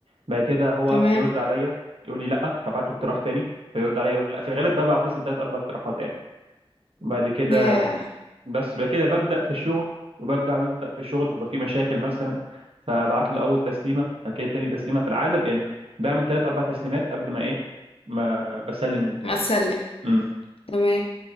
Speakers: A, on the right; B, on the left.
A: بعد كده هو
B: تمام
A: يرد عليا يقول لي لا فابعت له اقتراح تاني فيرد عليا يقول لي لا في الغالب ببعت مثلا ثلاث اربع اقتراحات يعني وبعد كده
B: يا
A: بس بعد كده ببدا في الشغل وببدا ببدا في الشغل بيبقى في مشاكل مثلا فبعت له اول تسليمه بعد كده تاني تسليمه في العالم يعني بعمل ثلاث اربع تسليمات قبل ما ايه ما بسلم
B: ما تسلم
A: ال
B: تمام